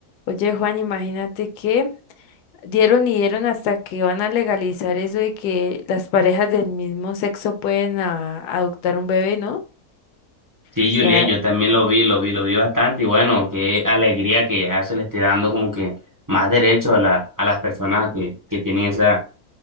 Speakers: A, on the left (about 80°); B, on the right (about 15°).
A: Oye, Juan, imagínate que dieron y dieron hasta que van a legalizar eso de que las parejas del mismo sexo pueden a- adoptar un bebé, ¿no? O
B: Sí,
A: sea,
B: Juliet, yo también lo vi, lo vi, lo vi bastante y bueno, qué alegría que ya se le esté dando como que más derechos a la, a las personas que, que tienen esa,